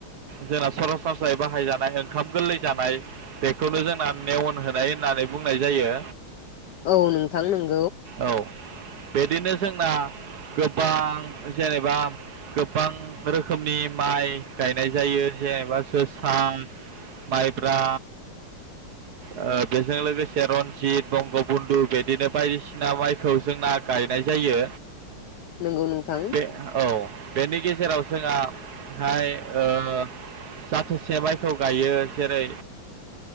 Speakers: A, on the right (about 60°); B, on the left (about 70°).
A: जोंना सरासनस्रायै बाहायजानाय ओंखाम गोरलै जानाय बेखौनो जोंना नेवन होनाय होननानै बुंनाय जायो।
B: औ नोंथां नं
A: औ बिदिनो जोंना गोबां जेनेबा गोबां रोखोमनि माइ गायनाय जायो जेनेबा जोसा माइब्रा ओ बेजों लोगोसे रनजित बंगबन्धु बिदिनो बायदिसिना माइखौ जोंना गायनाय जायो।
B: नंगौ नोंथां
A: बे औ बेनि गेज जेराव जोंहा हाय ओ जाथोसे माइखौ गायो जेरै